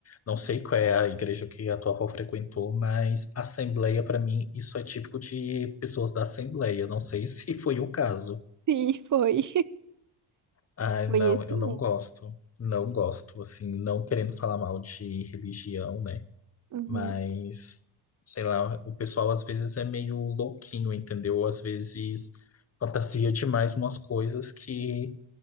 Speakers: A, on the left (about 30°); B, on the right (about 40°).
A: não sei qual é a igreja que a tua avó frequentou, mas assembleia, pra mim, isso é típico de pessoas da assembleia. Não sei <laughs> se foi o caso.
B: Sim, foi.
A: Ai,
B: Foi
A: não,
B: esse
A: eu
B: mesmo.
A: não gosto. Não gosto, assim, não querendo falar mal de religião, né?
B: Uhum.
A: Mas, sei lá, o pessoal às vezes é meio louquinho, entendeu? Às vezes fantasia demais umas coisas que.